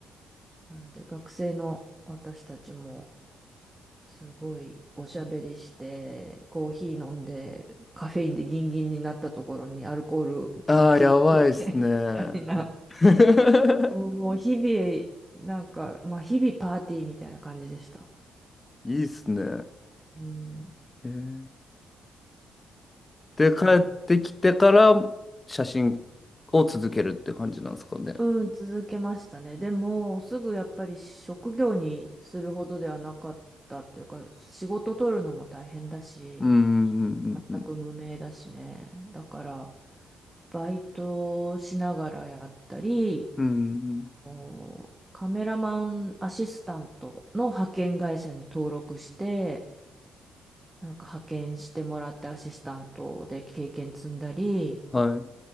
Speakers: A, on the right (about 15°); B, on the left (about 25°).
A: うなんで学生の私たちもすごいおしゃべりしてコーヒー飲んでカフェインでギンギンになったところにアルコールに切り替えてみたいな
B: ああ、やばいっすね。<laughs>
A: <laughs> そうもう日々なんかまあ日々パーティーみたいな感じでした。
B: いいっすね。
A: うん
B: へえで、
A: そう
B: 帰ってきてから写真を続けるって感じなんですかね。
A: うん続けましたねでもすぐやっぱり職業にするほどではなかったっていうか仕事取るのも大変だし
B: うん、うん、うん、うん、
A: 全く無名だしね。だから、バイトをしながらやったり、
B: うんうん
A: あのカメラマンアシスタントの派遣会社に登録して、なんか派遣してもらってアシスタントで経験積んだり、
B: はい。